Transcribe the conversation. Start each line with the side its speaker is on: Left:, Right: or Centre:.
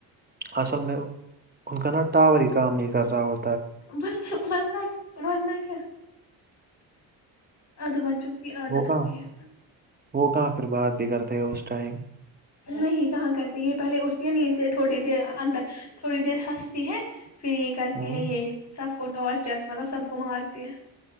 Right: اصل میں ان کا نا ٹاور ہی کام نہیں کر رہا ہو
Left: بر برنا برنا کیا اد منچوں کی عادت
Right: وہ
Left: ہوتی
Right: کہاں
Left: ہے
Right: وہ کہاں پھر بات بھی کرتے ہیں اس ٹائم
Left: نہیں کہاں کرتی یہ پہلے استی نیچے تھوڑی دیر اندر تھوڑی دیر ہنستی ہے پھر یہ کرتی
Right: ہوں
Left: ہے یہ سب کو ٹارچر مطلب سب کو مارتی ہے